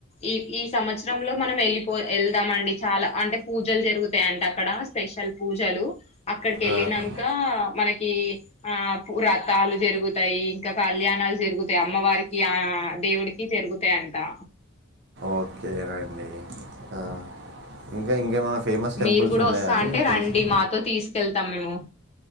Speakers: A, on the left (about 30°); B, on the right (about 55°).
A: ఈ ఈ సంవత్సరంలో మనం వెళ్ళిపో ఎల్ ద్దాం అండి చాలా అంటే పూజలు జరుగుతాయింట అక్కడ స్పెషల్ పూజలు అక్కడికి వెళ్ళినాక
B: ఆహా,
A: మనకి ఆ వ్రతాలు జరుగుతాయి ఇంకా కళ్యాణాలు జరుగుతాయి అమ్మవారికి ఆ దేవుడికి జరుగుతాయి తా
B: ఓకేనండి ఆ, ఇంకా ఇంకేమైనా ఫేమస్ టెంపుల్స్
A: మీరు కూడా
B: ఉన్నాయా
A: వస్తా
B: అండి
A: అంటే
B: మీకు
A: రండి
B: తెలిసి
A: మాతో తీసుకెళ్తాం మేము